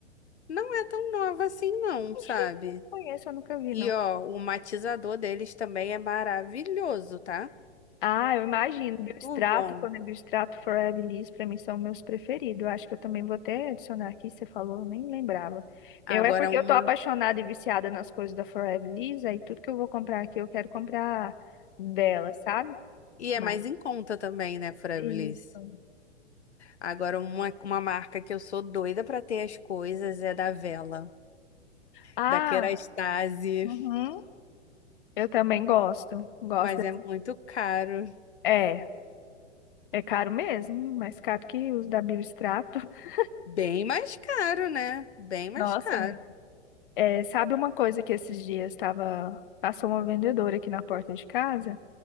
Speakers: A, on the left (about 70°); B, on the left (about 50°).
A: Não é tão nova assim, não,
B: Oxi,
A: sabe?
B: não conheço, eu nunca vi,
A: E
B: não.
A: ó, o matizador deles também é maravilhoso, tá?
B: Ah, eu imagino. Biostrato,
A: O bom.
B: quando é Biostrato, Forever Liss, para mim são meus preferidos. Eu acho que eu também vou até adicionar aqui, você falou, eu nem lembrava.
A: Agora
B: Eu é porque
A: uma.
B: eu tô apaixonada e viciada nas coisas da Forever Liss, aí tudo que eu vou comprar aqui, eu quero comprar dela, sabe?
A: E
B: Mas...
A: é mais em conta também, né, Frabliss?
B: Isso.
A: Agora uma, uma marca que eu sou doida pra ter as coisas é da Vela.
B: Ah,
A: da Kerastase,
B: uhum. Eu também gosto. Gosto
A: mas
B: dessa.
A: é muito caro.
B: É, é caro mesmo, mais caro que os da Biostrato. <laughs>
A: Bem mais caro, né? Bem mais
B: Nossa,
A: caro.
B: é, sabe uma coisa que esses dias estava. Passou uma vendedora aqui na porta de casa?